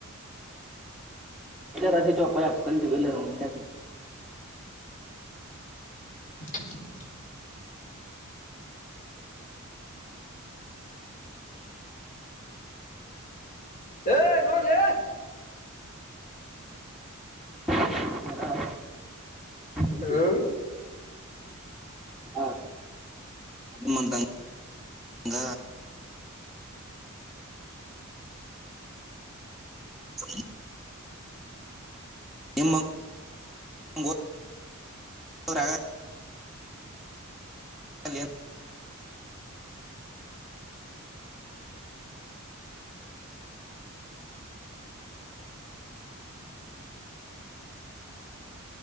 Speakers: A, in the centre; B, on the left.
A: ಎಲ್ಲ <unintelligible>
B: <inaudible> ಏ ನೋಡ್ಲೆ.
A: <unintelligible> ಕಲ್ತೀವಿ
B: ಹ್ಮ
A: ಹ ಮಂತ <unintelligible> ಗ <inaudible> ನಿಮ್ಮ <unintelligible> <unintelligible> ಆಗಲ್ಲ ಏನ್?